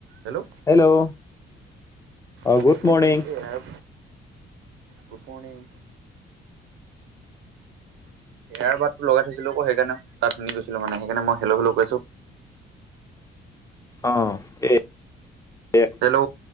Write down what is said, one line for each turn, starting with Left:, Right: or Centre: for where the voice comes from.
Right: Hello!
Left: Hello!
Right: অ
Left: good morning
Right: এই good morning.
Left: <unintelligible>
Right: Air বাটতো লগাই থৈছিলো আকৌ সেইকাৰণে ত শুনি গৈছিলো মানে সেইকাৰণে মই হেল্ল হেল্ল কৈছো।
Left: অ এ
Right: হেল্ল'